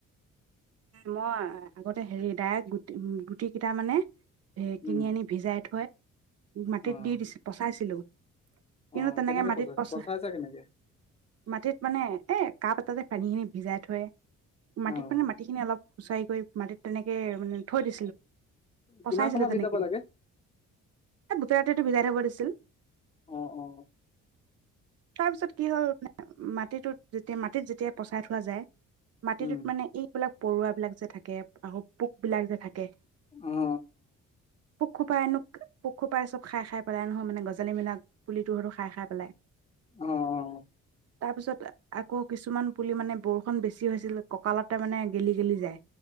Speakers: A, on the right; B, on the left.
A: মই আগতে হেৰি ডাইৰেকট গুটি গুটি কেইটা মানে স
B: উম।
A: কিনি আনি ভিজাই থৈ মাটিত
B: অ',
A: দি দিছিল পচাইছিলো। কিন্তু
B: অ',
A: তেনেকে
B: কেনেকে
A: মাটিত
B: পচাইছা
A: পচা
B: পচাইছা কেনেকে?
A: মাটিত মানে এ কাপ এটাতে পানী খিনি। ভিজাই থয়। মাটিত
B: অ',
A: মানে মাটিখিনি অলপ উুচাৰি কৰি মাটিত তেনেকে মানে থৈ দি পচাইছিলো
B: কিমান সময়
A: তেনেকে
B: ভিজাব লাগে?
A: গোটেই ৰাতিটো ভিজাই থব দিছিল।
B: অ', অ',
A: তাৰপিছত কি হ'ল মাটিটোত? যেতিয়া মাটিত, যেতিয়া পচাই থোৱা যায় মাটিটোত
B: উম।
A: মানে বিলাক পৰুৱাবিলাক যে থাকে আহ', পোক বিলাক যে থাকে
B: অ, অ।
A: পোকখুপাই এনুকা পোকুখুপাই চব খাই - খাই পেলাই নহয় মানে গছ আজালি মিলাক পুলিটো স খাই -খাই পেলাই।
B: অ',
A: তাৰ পিছত আকৌ কিছুমান পুলি মানে বৰষুণ বেছি হৈছিল কঁকালত- মানে গেলি গেলি যায়।